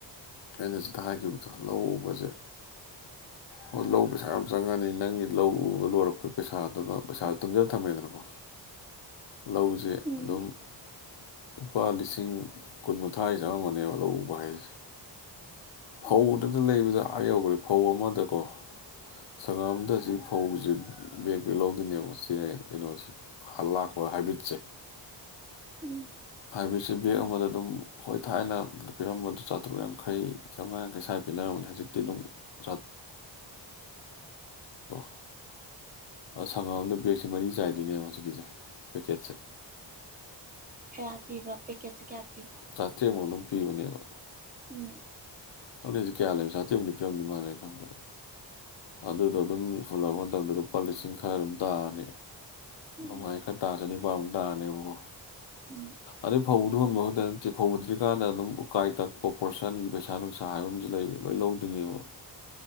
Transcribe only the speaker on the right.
ꯎꯝ
ꯎꯝ
ꯎꯝ
ꯎꯝ
ꯀꯌꯥ ꯄꯤꯕ ꯄꯦꯀꯦꯠꯁꯦ ꯀꯌꯥ ꯄꯤꯕ
ꯎꯝ
ꯎꯝ
ꯎꯝ